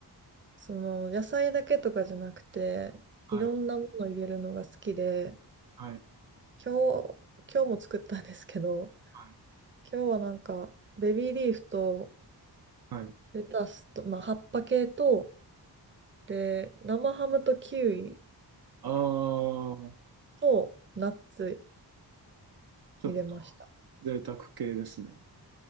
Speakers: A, on the right; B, on the right.
A: その、野菜だけとかじゃなくて、
B: はい。
A: いろんなもの入れるのが好きで、
B: はい。
A: 今日、今日も作ったんですけど、
B: はい。
A: 今日はなんか、ベビーリーフと、
B: はい。
A: レタスと、まあ、葉っぱ系と、で、生ハムとキウイ
B: あー、
A: と、ナッツ
B: ちょっと
A: 入れました。
B: 贅沢系ですね。